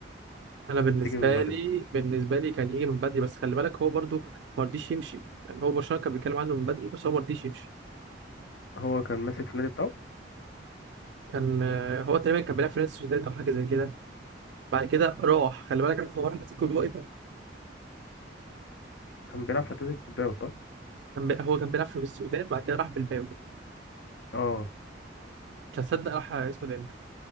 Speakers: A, on the right (about 70°); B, on the left (about 70°).
A: أنا بالنسبة
B: كانت تيجي من بدري
A: لي بالنسبة لي كان يجي من بدري بس خلي بالك هو برضو ما رضيش يمشي يعني هو برشلونة كان بيتكلم عنه من بدري بس هو ما رضيش يمشي
B: هو كان ماسك في النادي بتاعه
A: كان آه، هو تقريبا كان بيلعب في نادي السوسيداد أو حاجة زي كده بعد كده راح خلي بالك انت هو راح اتلتيكو الوقت
B: كان بيلعب في اتلتيك بالباو صح
A: كان بي- هو كان بيلعب في السودان بعد كده راح بالباو
B: اه
A: مش هتصدق راح اسمه ده امتى